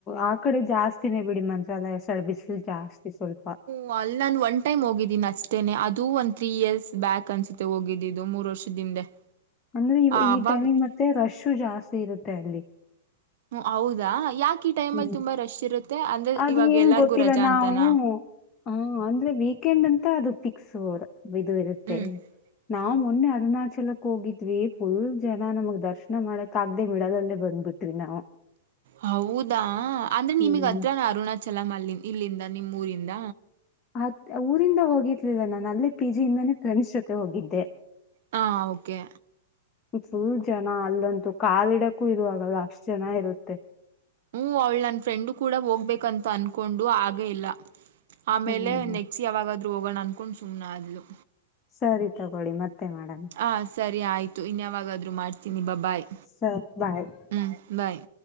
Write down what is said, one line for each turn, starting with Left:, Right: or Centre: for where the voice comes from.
Left: ಆ ಕಡೆ ಜಾಸ್ತಿನೇ ಬಿಡಿ ಮಂತ್ರಾಲಯ ಸೈಡ್ ಬಿಸಲು ಜಾಸ್ತಿ ಸ್ವಲ್ಪ
Right: ವ ಅಲ್ಲಿ ನಾನು ಒನ್ ಟೈಮ್ ಹೋಗಿದ್ದೀನಿ ಅಷ್ಟೇ ಅದು ಒಂದು ತ್ರೀ ಇಯರ್ಸ್ ಬ್ಯಾಕ್ ಅನ್ಸುತ್ತೆ ಹೋಗಿದ್ದಿದ್ದು ಮೂರು ವರ್ಷದಿಂದೆ. <inaudible>
Left: ಅಂದ್ರೆ ಇ
Right: ಆವಾಗ
Left: ಈ ಟೈಮಿಂಗ್ ಮತ್ತೆ ರಶ್ ಜಾಸ್ತಿ ಇರುತ್ತೆ ಅಲ್ಲಿ.
Right: ಹ್ಮ ಹೌದಾ ಯಾಕ ಈ ಟೈಮ್
Left: ಹ್ಮ್
Right: ಅಲ್ಲಿ ತುಂಬಾ ರಶ್ ಇರುತ್ತೆ ಅಂದ್ರೆ
Left: ಅದ್
Right: ಇವಾಗ
Left: ಏನ್
Right: ಎಲ್ಲಾರ್ಗು
Left: ಗೊತ್ತಿಲ್ಲ
Right: ರಜಾ
Left: ನಾವು
Right: ಅಂತಾನ.
Left: ಹ ಅಂದ್ರೆ ವೀಕೆಂಡ್ ಅಂತ ಅದು ಫಿಕ್ಸ್. ಇದು ಇರುತ್ತೆ
Right: ಹ್ಮ್
Left: ನಾವು
Right: ಹ
Left: ಮೊನ್ನೆ ಅರುಣಾಚಲ ಹೋಗಿದ್ವಿ ಫುಲ್ ಜನ ನಮಗ್ ದರ್ಶನ ಮಾಡಕ ಆಗ್ದೆ ಮಿಡದಲ್ಲೇ ಬಂದ್ಬಿಟ್ವಿ ನಾವು.
Right: ಹೌದಾ ಅಂದ್ರೆ
Left: ಹ್ಮ್
Right: ನಿಮಗ್ ಹತ್ರ ಅರುಣಾಚಲಮ ಅಲ್ಲಿ ಇಲ್ಲಿಂದ ನಿಮ್ಮ್ ಊರಿಂದ
Left: ಅತ್ ಊರಿಂದ ಹೋಗಿರ್ಲಿಲ್ಲ ನಾನು ಅಲ್ಲೇ ಪಿ ಜಿಯಿಂದಾನೇ ಫ್ರೆಂಡ್ಸ್ ಜೊತೆ ಹೋಗಿದ್ದೆ.
Right: ಹಾ ಓಕೆ
Left: ಫುಲ್ ಜನ ಅಲ್ಲಂತು ಕಾಲಿಡಕ್ಕೂ ಇರುವಾಗಲ್ಲ ಅಷ್ಟು ಜನ ಇರುತ್ತೆ.
Right: ಹ್ಮ ಅವ್ಳು ನನ್ನ ಫ್ರೆಂಡು ಕೂಡ ಹೋಗ್ಬೇಕಂತ ಅನ್ಕೊಂಡು ಆಗೇ ಇಲ್ಲ ಆಮೇಲೆ
Left: ಹ್ಮ್
Right: ನೆಕ್ಸ್ಟ್ ಯಾವಾಗಾದ್ರು ಹೋಗೋಣ ಅನ್ಕೊಂಡು ಸುಮ್ನಾದ್ಲು.
Left: ಸರಿ ತಗೊಳ್ಳಿ ಮತ್ತೆ ಮಾಡೋಣ.
Right: ಹಾ ಸರಿ ಆಯಿತು ಇನ್ಯಾವಾಗಾದರೂ ಮಾಡ್ತೀನಿ ಬ ಬಾಯ್
Left: ಸರ್ ಬಾಯ್
Right: ಹ್ಮ್ ಬಾಯ್